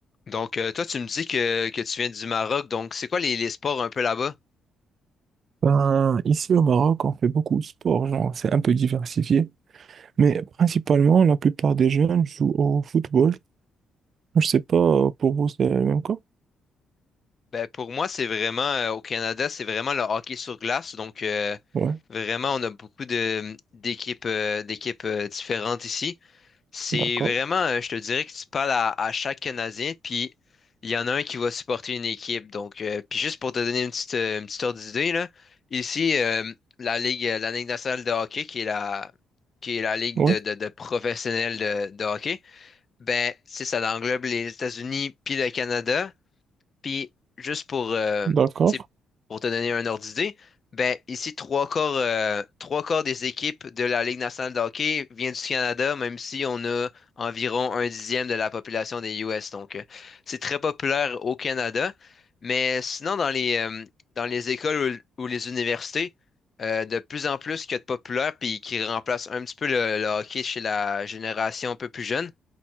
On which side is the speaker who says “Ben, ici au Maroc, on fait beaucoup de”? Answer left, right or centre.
Right